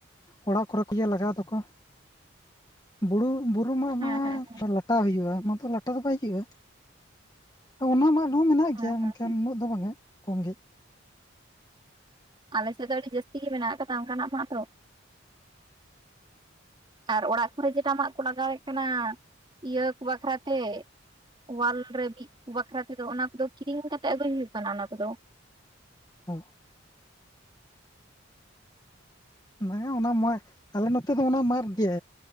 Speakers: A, on the left (about 20°); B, on the right (about 25°).
A: ᱚᱲᱟᱜ ᱠᱚᱨᱮ ᱠᱚ ᱤᱭᱟᱹ ᱞᱟᱜᱟᱣ ᱫᱚᱠᱚ ᱵᱩᱲᱩ ᱵᱩ ᱵᱩᱨᱩ ᱢᱟᱜ
B: ᱦᱮᱸ
A: ᱢᱟ
B: ᱦᱮᱸ
A: ᱞᱟᱴᱟ ᱦᱩᱭᱩᱜᱼᱟ ᱚᱱᱟ ᱫᱚ ᱞᱟᱴᱟ ᱫᱚ ᱵᱟᱭ ᱦᱩᱭᱩᱜᱼᱟ ᱚᱱᱟ ᱢᱟ <unintelligible> ᱢᱮᱱᱟᱜ
B: ᱦᱮᱸ
A: ᱜᱮᱭᱟ
B: ᱦᱮᱸ
A: ᱢᱮᱱᱠᱷᱟᱱ
B: ᱦᱮᱸ
A: ᱩᱱᱟᱹᱜ ᱫᱚ ᱵᱟᱝᱼᱟ ᱠᱚᱢ ᱜᱮ
B: ᱟᱞᱮ ᱥᱮᱫ ᱫᱚ ᱟᱹᱰᱤ ᱡᱟᱹᱥᱛᱤ ᱜᱮ ᱢᱮᱱᱟᱜ ᱠᱟᱫᱟ ᱚᱝᱠᱟᱱᱟᱜ ᱢᱟᱜ ᱫᱚ ᱟᱨ ᱚᱲᱟᱜ ᱠᱚᱨᱮ ᱡᱮᱴᱟ ᱢᱟᱜ ᱠᱚ ᱞᱟᱜᱟᱣᱮᱫ ᱠᱟᱱᱟ ᱤᱭᱟᱹ ᱠᱚ ᱵᱟᱠᱷᱨᱟ ᱛᱮ ᱚᱣᱟᱞ ᱨᱮ ᱵᱤᱜ ᱵᱟᱠᱷᱨᱟ ᱛᱮᱫᱚ ᱚᱱᱟ ᱠᱚᱫᱚ ᱠᱤᱨᱤᱝ ᱠᱟᱛᱮ ᱟᱹᱜᱩᱭ ᱦᱩᱭᱩᱜ ᱠᱟᱱᱟ ᱚᱱᱟ ᱠᱚᱫᱚ
A: ᱚ
B: <unintelligible>
A: <unintelligible> ᱟᱞᱮ ᱱᱚᱛᱮ ᱫᱚ ᱚᱱᱟ ᱢᱟᱫᱽ ᱜᱮ